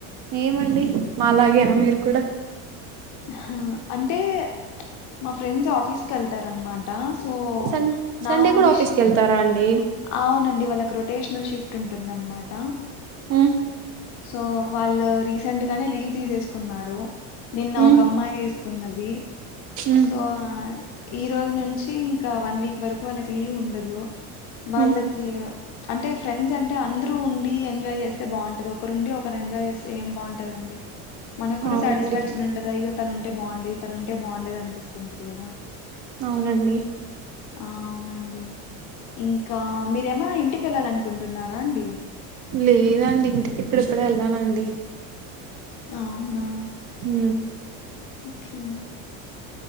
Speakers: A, on the right; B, on the left.
A: ఏమండి మాలాగేనా మీరు కూడా.
B: హ అంటే. మా ఫ్రెండ్స్ ఆఫీస్ కి వెళ్తారు. న్న మాట. సో,
A: సన్ సండే
B: నా
A: కూడా
B: విషయం
A: ఆఫీస్ కి వెళ్తారా అండి
B: అవునండి వాళ్ళకి రొటేషనల్ షిఫ్ట్. పట్టు ఉంటుందన్నమాట.
A: మ్
B: సో వాళ్ళు రీసెంట్ గానే లీవ్ తీసేసుకున్నారు. నిన్న
A: ఉమ్
B: ఒక అమ్మాయి తీసుకున్నది
A: ఉమ్
B: సో ఆ ఈ రోజు నుంచి ఇంకా వన్ వీక్ వరకు వాళ్ళకి లీవ్ ఉండదు. వాళ్ళకీ
A: ఉమ్
B: అంటే ఫ్రెండ్స్ అంటే అందరూ ఉండి ఎంజాయ్ చేస్తే బాగుంటది. ఒకరుండి ఒకరు ఎంజాయ్ చేస్తే ఏం బాగుంటదండి మనకు కూడా
A: అవునండి
B: స్టాటిస్ఫాక్షన్ ఉండదు అయ్యో తనుంటే బాగుండే తనుంటే అంటే బాగుండేది అనిపిస్తుంటది కదా.
A: అవునండి
B: ఆ అవునండి ఇంకా మీరేమైనా ఇంటికి వెళ్ళాల అనుకుంటున్నారా అండి.
A: లేదండి ఇంటికి ఇప్పుడిప్పుడే వెళ్ళనండి
B: అవునా
A: ఉ
B: ఓకే